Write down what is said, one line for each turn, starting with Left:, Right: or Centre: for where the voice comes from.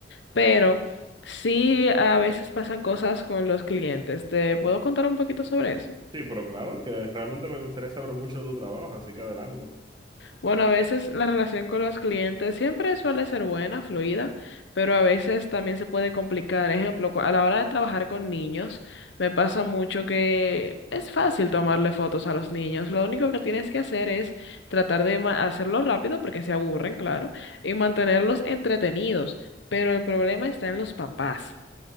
Left: pero sí a veces pasan cosas con los clientes. ¿Te puedo contar un poquito sobre eso?
Right: Sí, pero claro que realmente me gustaría saber mucho de tu trabajo, así que adelante.
Left: Bueno, a veces la relación con los clientes siempre suele ser buena, fluida, pero a veces también se puede complicar. Ejemplo, cu- a la hora de trabajar con niños, me pasa mucho que es fácil tomarle fotos a los niños. Lo único que tienes que hacer es tratar de ma- hacerlo rápido porque se aburren, claro, y mantenerlos entretenidos. Pero el problema está en los papás